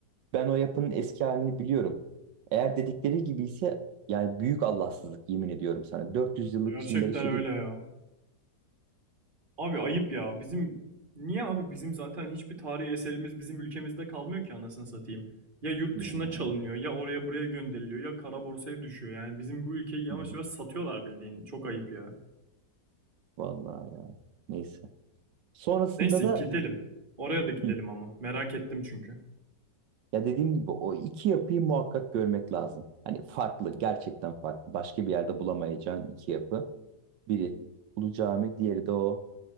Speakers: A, on the right (about 85°); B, on the right (about 30°).
A: Ben o yapının eski halini biliyorum. Eğer dedikleri gibi ise yani büyük Allahsızlık yemin ediyorum sana. 400 yıllık
B: Gerçekten
A: Çinileri söküp...
B: öyle ya. Abi ayıp ya. Bizim niye abi bizim zaten hiçbir tarihi eserimiz bizim ülkemizde kalmıyor ki anasını satayım. Ya yurt
A: Ya,
B: dışına çalınıyor ya oraya buraya gönderiliyor ya kara borsaya düşüyor. Yani bizim bu ülkeyi yavaş
A: hı,
B: yavaş satıyorlar bildiğin. Çok ayıp ya.
A: vallahi ya neyse. Sonrasında
B: Neyse
A: da...
B: gidelim. Oraya da gidelim
A: Hı.
B: ama. Merak ettim çünkü.
A: Ya dediğim gibi o iki yapıyı muhakkak görmek lazım. Hani farklı, gerçekten farklı. Başka bir yerde bulamayacağın iki yapı. Biri Ulu Cami, diğeri de o